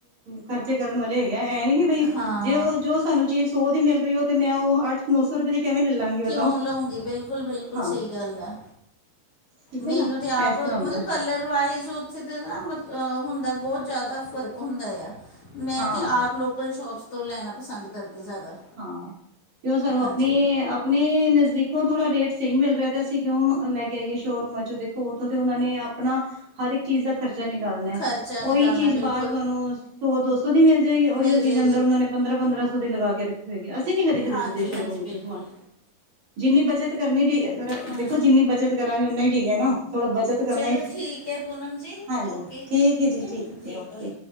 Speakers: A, on the right; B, on the left.
A: ਖਰਚੇ ਕਰਨ, ਵਾਲੇ ਹੈਗੇ ਆ। ਇਹ ਨੀ ਕਿ ਬਈ,
B: ਹਾਂ
A: ਜੇ ਜੋ ਸਾਨੂੰ ਚੀਜ਼। ਸੌ ਦੀ ਮਿਲ ਰਹੀ ਉਹ। ਤੇ ਮੈਂ, ਉਹ ਅੱਠ, ਨੌ ਸੌ ਰੁਪਏ ਦੀ। ਕਿਵੇਂ ਲੈ ਲਾਂਗੀ। ਬਤਾਓ
B: ਕਿਉਂ ਲਉਂਗੀ। ਬਿਲਕੁਲ- ਬਿਲਕੁਲ
A: ਹਾਂ
B: ਸਹੀ ਗੱਲ ਆ।
A: ਠੀਕ ਹੈ
B: ਮੈਨੂੰ
A: ਨਾ
B: ਤੇ ਆਪ।
A: ਇਸ ਤਰ੍ਹਾਂ
B: ਮਤਲਬ
A: ਹੁੰਦਾ
B: ਕਲਰ ਵਾਈਜ਼ ਉਹ। ਉੱਥੇ ਤੇ ਨਾ ਮਤਲਬ ਹੁੰਦਾ ਬਹੁਤ ਜ਼ਿਆਦਾ ਫ਼ਰਕ ਹੁੰਦਾ ਆ। ਮੈਂ
A: ਹਾਂ
B: ਤੇ ਆਪ ਲੋਕਲ ਸ਼ੋਪਸ ਤੋਂ ਲੈਣਾ ਪਸੰਦ ਕਰਦੀ ਜ਼ਿਆਦਾ।
A: ਹਾਂ, ਕਿਉਂ ਸਾਨੂੰ
B: ਹਾਂਜੀ।
A: ਆਪਣੇ, ਆਪਣੇ ਨਜ਼ਦੀਕੋ ਥੋੜ੍ਹਾ ਰੇਟ ਸਹੀ ਮਿਲ ਰਿਹਾ ਤੇ। ਅਸੀਂ ਕਿਉਂ ਲੈ ਕੇ ਆਈਏ ਸ਼ੋਅਰੂਮਾਂ 'ਚ ਦੇਖੋ, ਉੱਥੋ ਤੇ ਉਹਨਾਂ ਨੇ ਆਪਣਾ ਹਰ ਇੱਕ ਚੀਜ਼ ਦਾ। ਖਰਚਾ ਨਿਕਲਣਾ
B: ਖਰਚਾ
A: ਹੈ।
B: ਨਿਕਾਲਣਾ
A: ਉਹੀ ਚੀਜ਼
B: ਬਿਲਕੁਲ
A: ਬਾਹਰ ਤੁਹਾਨੂੰ ਸੌ- ਦੋ ਸੌ ਦੀ ਮਿਲ ਜਾਏਗੀ। ਉਹੀ
B: ਮਿਲ
A: ਉਹ ਚੀਜ਼
B: ਜਾਏਗੀ
A: ਅੰਦਰ ਉਹਨਾਂ ਨੇ। ਪੰਦਰਾਂ -ਪੰਦਰਾਂ ਸੌ ਦੇ ਲਗਾ ਕੇ ਰੱਖੀ ਹੋਈ ਹੈ। ਅਸੀਂ ਨੀ ਕਦੇ ਖਰੀਦਦੇ
B: ਹਾਂਜੀ
A: ਸ਼ੋਰੂਮ
B: ਹਾਂਜੀ
A: ਵਿੱਚੋਂ
B: ਬਿਲਕੁਲ
A: ਸਮਾਨ। ਜਿੰਨੀ ਬੱਚਤ ਕਰਨੀ ਠੀਕ
B: ਹਾਂ।
A: ਦੇਖੋ ਜਿੰਨੀ ਬੱਚਤ ਕਰਾਂਗੇ ਉਨਾਂ ਹੀ ਠੀਕ ਹੈ ਨਾ। ਥੋੜ੍ਹਾ ਬੱਚਤ। ਕਰਨਾ।
B: ਚਲੋ ਠੀਕ ਹੈ ਪੂਨਮ ਜੀ
A: ਹਾਂਜੀ।
B: ਓਕੇ
A: ਠੀਕ ਜੀ,
B: ਹੈ
A: ਠੀਕ
B: ਜੀ
A: ਓਕੇ।
B: ਓਏ